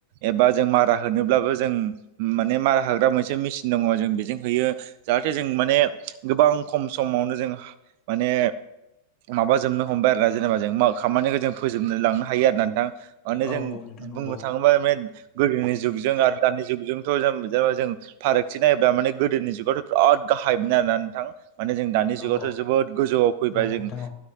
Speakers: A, on the right; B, on the left.
A: एबा जों मारा होनोब्लाबो जों माने मारा होग्रा मोनसे मेसिन। दङ जों बेजों होयो। जाहाथे जों माने गोबां खम समावनो जों माने। माबाजोबनो हमबाय आरोना जेनेबा जों खामानिखौ जों फोजोबनो लांनो हायो आरो ना नोंथां माने
B: औ
A: जों
B: नोंथां नंगौ
A: बुंनो थाङोबा माने। गोदोनि जुगजों आरो दानि जुगजोंथ जों जेन जों फारागथि नायोब्ला माने गोदोनि जुगावथ बिराद गाहाय मोन आरोना नोंथां माने जों दानि
B: औ
A: जुगावथ
B: औ
A: जोबोद गोजौआव फैबाय
B: नंगौ
A: जों
B: नोंथां औ